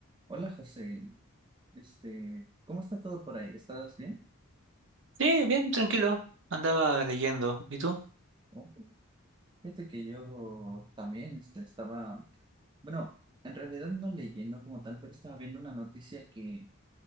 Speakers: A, on the right; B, on the right.
A: Hola José, este, ¿cómo está todo por ahí? ¿Estás bien?
B: Sí, bien, tranquilo. Andaba leyendo. ¿Y tú?
A: Oh, Fíjate que yo también este, estaba, bueno, en realidad no leyendo como tal, pero estaba viendo una noticia que,